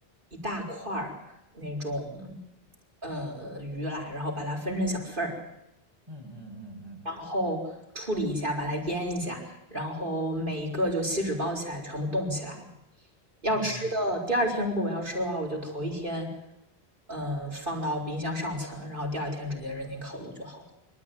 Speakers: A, on the right; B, on the right.
A: 一大块儿那种呃鱼来，然后把它分成小份儿，
B: 嗯嗯嗯嗯嗯。
A: 然后处理一下，把它腌一下，然后每一个就锡纸包起来，全部冻起来，要吃的，
B: 嗯
A: 第二天如果我要吃的话，我就头一天，嗯，放到冰箱上层，然后第二天直接扔进烤炉就好了。